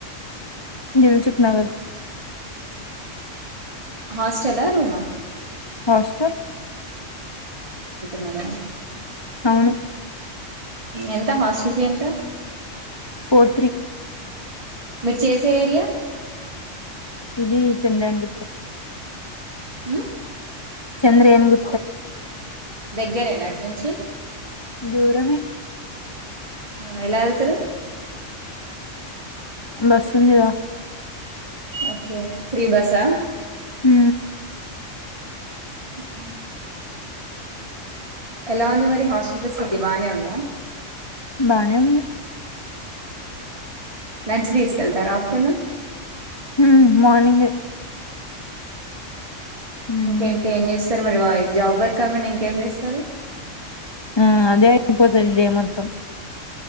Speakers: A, on the left; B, on the right.
A: దిల్ కుశ నగర్
B: హాస్టలా రూమా
A: హాస్టల్
B: మేడం
A: అవును
B: ఎంత హాస్టల్ ఫి ఎంత
A: ఫోర్ త్రీ
B: మీరు చేసే ఏరియా
A: ఇది చెంద అంబట్
B: హ
A: చంద్ర ఏన్ గు
B: డిగ్రీ నా ఇంకాడ నుంచి
A: దూరమే
B: అవును ఎలా వెళ్తారు
A: బస్ ఉ చేద
B: ఓకే ఫ్రీ బసా
A: హ
B: అ ఎలా ఉంది మరి హాస్టల్ ఫెసిలిటీ ఇది బాగానే ఉందా
A: బానే ఉంది
B: లంచ్ తీసుకెళ్తారు ఆఫ్టర్నూన్
A: ఉమ్ మార్నింగే ఉమ్
B: ఇంకేంటి ఏం చేసి సార్ మరి జాబ్ వర్క్ కాకుండా ఇంకేం చేస్తారు
A: ఆ అదే ఇపో తెలిడే మొత్తం